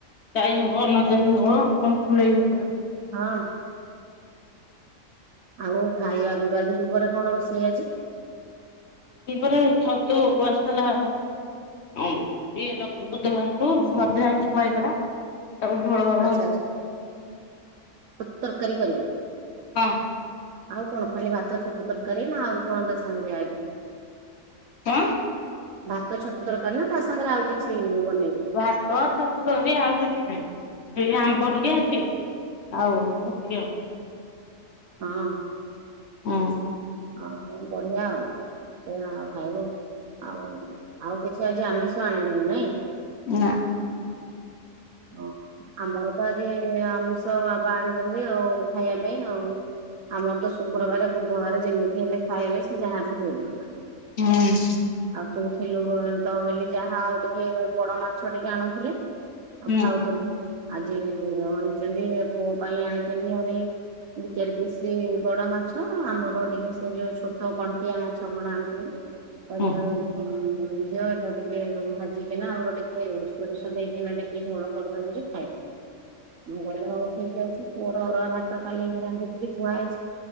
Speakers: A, on the left; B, on the right.
A: ଟାଇମ୍ ହୁଅ ନ ଯେମି ହୁଅ କଣ ଖୁଲେଇବ।
B: ହଁ। ଆଉ ଖାଇବାକୁଗା ଦିପହରେ କଣ ରୋଷେଇ ଅଛି।
A: ଦିପହରେ ଛତୁ ଆସିଥିଲା ଆଉ। ହଁ ଟେ ରଖ ବୁଧବାରଠୁ ଭଜା ଥୁଆ ହେଇଥେଲା। <unintelligible>
B: ଆଚ୍ଛା ଆଚ୍ଛା ଛତୁ ତରକାରୀ କରିବୁ।
A: ହଁ।
B: ଆଉ କଣ ଖାଲି ଭାତ ଛତୁ ତରକାରୀ ନା ଆଉ କଣ ତା ସାଙ୍ଗରେ ଆଇ
A: ହ।
B: ଭାତ ଛତୁ ତରକାରୀ ନା ତା ସାଙ୍ଗରେ ଆଉ କିଛି ବନେଇବୁ?
A: ଭାତ ଛତୁ ଝୋଳରେ ଆଉ କିଛି ନାହିଁ। ହେଇ ଆମ୍ବ ଟିକେ ଅଛି ଆଉ ସେତିିକି ଆ
B: ହଁ।
A: ହଁ।
B: ଆଉ ବଢିଆ ଆଉ ସେ ଖା ଖାଇବୁ ଆଉ ଆଉ କିଛି ଆଜି ଆମିଷ ତୁ ଆଣିଲୁନୁ ନାଇଁ।
A: ନା
B: ହଁ ଆମର ବା ଆଜି ଆମି ଷ ବାବା ଆଣିଛନ୍ତି ଆଉ ଖାଇବା ପାଇଁ ଆଉ ଆମର ତ ଶୁକ୍ରବାର ବୁଧବାର ଯେମିତି ହେଲେ ଖାଇବେ ସେ ଯାହା ବି ହୁଏ।
A: ହୁଁ।
B: ଅ ତୁ ଥିଲୁ ବୋ ତ ବୋଲି ଯାହା ଆଉ ଟିକିଏ ବଡ ମାଛ ଟିକେ ଆଣୁଥିଲେ। ଆଉ
A: ହୁଁ
B: ଖାଉଥିଲୁ ଆଜି ଅଣିଛନ୍ତି ପୁଅ ପାଇଁ ଆଣିଛନ୍ତି ଭାରି ଦି ଚାରି ପିସ ଲି ବଡ ମାଛ ଆମର ଟିକେ ଏ ଯୋଉ ଛୋଟ କଣ୍ଟିଆ ମାଛ କଣ ଆଣିଛନ୍ତି କହିଲେ
A: ହୁଁ ହୁଁ
B: ଆଉ ଉଁ ଉଁ ଝିଅ ଏଟା ଟିକେ ଭାଜିକିନା ଆମର ଟିକେ ସୋରିଷ ଦେଇ ଏଇନା ଟିକେ ଝୋଳ କରିଦବୁ ଯେ ଖାଏ ମୁଁ ଗଲେ ହଉ କିଣିକି ଆଣିଥିଲୁ ପୁଅର ଅରୁଆ ଭାତ କାଲିକି ରାନ୍ଧିଥିଲି ଥୁଆ ହେଇଛି